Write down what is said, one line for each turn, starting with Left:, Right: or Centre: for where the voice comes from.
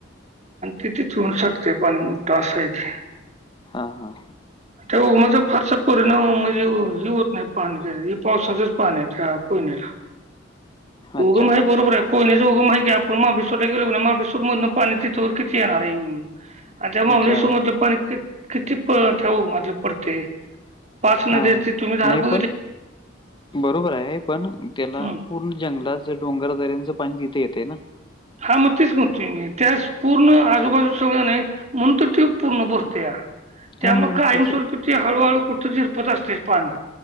Right: तिथेच होऊन शकते पाणी मोठं असा आहे. ते
Left: हा हा
Right: तो उगमाचा फारसा परिणाम म्हणजे हे होत नाही पाणी हे पावसाचच पाणी आहे, त्या कोयनेला
Left: अच्छा,
Right: उगम आहे बरोबर आहे कोयनचं उगम आहे की आपण महाबळेश्वराला गेलो ना महाबळेश्र्वरमधूनं पाणी तिथं वर किती येणार आहे येऊन येऊन आणि त्या महाबळेश्वर
Left: अच्छा.
Right: मधलं पाणी किती प त्या <inaudible> पडतंय पाच नद्यांचा
Left: हां, हां.
Right: तुम्ही धार
Left: नाही
Right: ब
Left: बरोबर आहे पण त्याला
Right: हम्म
Left: पूर्ण जंगलाच डोंगर दऱ्यांचं पाणी तिथे येतय ना
Right: हा मग तेच म्हणतोय मी त्यास पूर्ण आजूबाजूला सगळं नाही म्हणून तर तो पूर्ण भरतोय त्यामुळे
Left: हां, मग
Right: कायमस्वरूपी
Left: तसं.
Right: हळूहळू कुठं झिरपत असतय पाणी